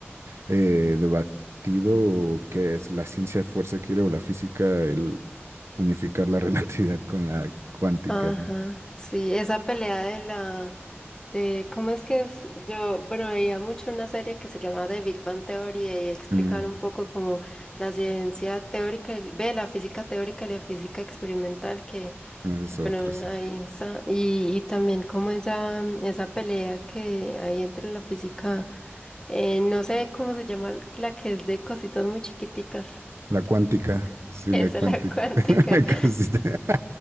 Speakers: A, on the right; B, on the left.
A: eh, debatido qué es la ciencia fuerza quiere o la física, el unificar la <laughs> relatividad con la cuántica,
B: Ajá,
A: ¿no?
B: sí, esa pelea de la, de, ¿cómo es que es? Yo, bueno, veía mucho una serie que se llamaba The Big Bang Theory y explicaban
A: Mm,
B: un poco como la ciencia teórica, y- ve, la física teórica y la física experimental, que,
A: esa es
B: bueno,
A: otra, sí.
B: ahí está, y, y también como esa, esa pelea que hay entre la física, eh, no sé cómo se llama la que es de cositas muy chiquiticas,
A: La cuántica,
B: <laughs>
A: sí,
B: esa
A: la cuántica.
B: es la cuántica.
A: <laughs> La Cosita.
B: <laughs>